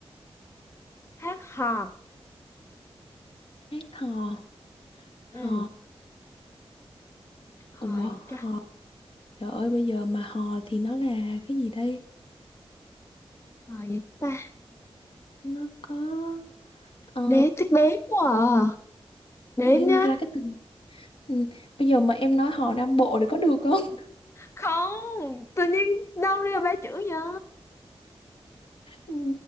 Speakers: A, on the left; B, on the left.
A: hát hò
B: Hát hò, hò,
A: ừ hò
B: ủa
A: gì
B: hò,
A: ta
B: trời ơi bây giờ mà hò thì nó là cái gì đây?
A: hò gì ta
B: Nó có, ờ,
A: đếm chắc đếm quá à. đếm
B: tự dưng
A: nhá
B: ra cái từ, ừ. Bây giờ mà em nói hò Nam Bộ thì có được không? <laughs>
A: không tự nhiên đâu ra ba chữ vậy
B: Ừ,